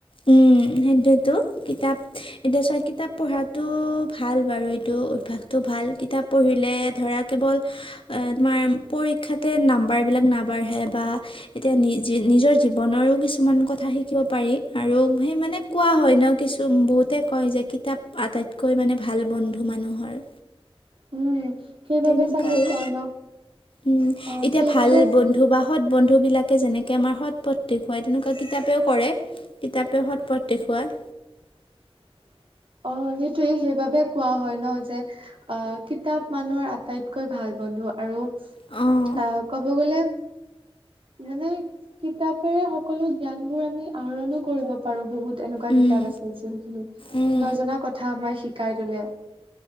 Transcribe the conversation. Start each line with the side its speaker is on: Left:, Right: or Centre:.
Left: উম সেইটোয়েতো, কিতাপ এতিয়া চোৱা কিতাপ পঢ়াতো ভাল বাৰু এইটো অভ্যাসটো ভাল কিতাপ পঢ়ি এ ধৰা কেৱল, এ তোমাৰ পৰীক্ষাতে নাম্বাৰবিলাক নাবাঢ়ে। বা এতিয়া নিজে নিজৰ জীৱনৰো কিছুমান কথা শিকিব পাৰি আৰু সেই মানে কোৱা হয় ন কিছু বহুতে কয় যে কিতাপ আটাইতকৈ মানে ভাল বন্ধু মানুহৰ।
Right: উম। সেইবাবে
Left: তেনেকোৱা
Right: চাগে
Left: আৰু
Right: কয় ন
Left: উম
Right: অ
Left: এতিয়া
Right: সেইবাবে
Left: ভাল বন্ধু বা বা সৎ বন্ধুবিলাকে যেনেকে আমাৰ সৎ পথ দেখুৱায় তেনেকোৱা কিতাপেও কৰে। কিতাপে সৎ পথ দেখুৱায়
Right: <unintelligible> অ সেইটোৱে সেইবাবে কোৱা হয় ন যে অ কিতাপ মানুহৰ আটাইতকৈ ভাল বন্ধু আৰু
Left: অ',
Right: অহ ক'ব গ'লে মানে কিতাপেৰে সকলো জ্ঞান বোৰ আমি আহৰণো কৰিব পাৰো বহুত এনেকোৱা
Left: উম।
Right: কিতাপ আছে যোনখিনি
Left: উম
Right: টা কথা আমাৰ শিকাই থলে